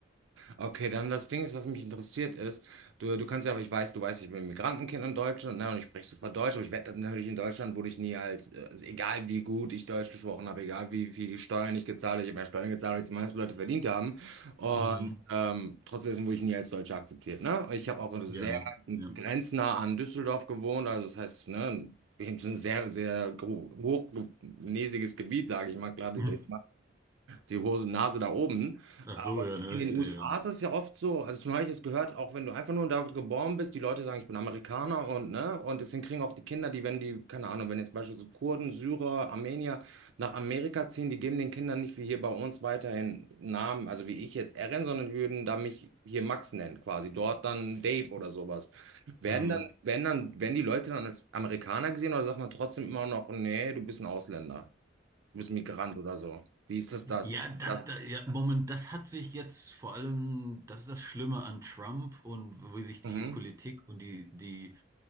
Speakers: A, on the right; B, on the right.
A: Okay, dann das Ding ist, was mich interessiert ist, du, du kannst ja, aber ich weiß, du weißt, ich bin ein Migrantenkind in Deutschland, ne, und ich spreche super Deutsch, aber ich werde natürlich in Deutschland, wurde ich nie als, äh, also egal wie gut ich Deutsch gesprochen habe, egal wie viel Steuern ich gezahlt habe, ich habe mehr Steuern gezahlt, als die meisten Leute verdient haben, und
B: Mhm.
A: ähm, trotzdem wurde ich nie als Deutscher akzeptiert, ne, und ich habe auch sehr
B: Ja, ne? Ja.
A: grenznah
B: <laughs>
A: an Düsseldorf gewohnt, also das heißt, ne, eben so ein sehr, sehr ho- hochnäsiges Gebiet, sage ich mal, klar, die,
B: Mhm.
A: die, die Hose, Nase da oben,
B: Ach so, ja, ne?
A: in den
B: Ich, äh,
A: USA
B: ja.
A: ist es ja oft so, also zum Beispiel, ich es gehört, auch wenn du einfach nur da geboren bist, die Leute sagen, ich bin Amerikaner und ne, und deswegen kriegen auch die Kinder, die, wenn die, keine Ahnung, wenn jetzt beispielsweise Kurden, Syrer, Armenier nach Amerika ziehen, die geben den Kindern nicht wie hier bei uns weiterhin Namen, also wie ich jetzt Eren, sondern die würden da mich hier Max nennen, quasi, dort dann Dave oder sowas. Werden
B: Mhm.
A: dann, werden dann, werden die Leute dann als Amerikaner gesehen oder sagt man trotzdem immer noch, nee, du bist ein Ausländer, du bist Migrant oder so? Wie ist das das?
B: Ja, das,
A: Das.
B: da, ja, Moment, das hat sich jetzt vor allem, das ist das Schlimme an Trump und wie sich
A: Mhm.
B: die Politik und die, die